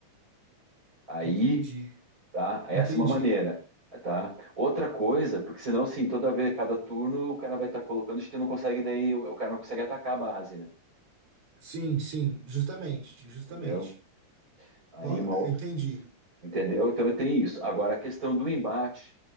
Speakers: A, on the right (about 25°); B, on the right (about 60°).
A: Aí,
B: entendi,
A: tá? Essa
B: entendi.
A: é uma maneira, tá? Outra coisa, porque senão, assim, toda vez, cada turno, o cara vai estar colocando, a gente não consegue, daí o, o cara não consegue atacar a base, né?
B: Sim, sim, justamente, justamente.
A: Entendeu? Aí
B: Ó,
A: uma, o-
B: entendi.
A: entendeu? Então tem isso. Agora a questão do embate,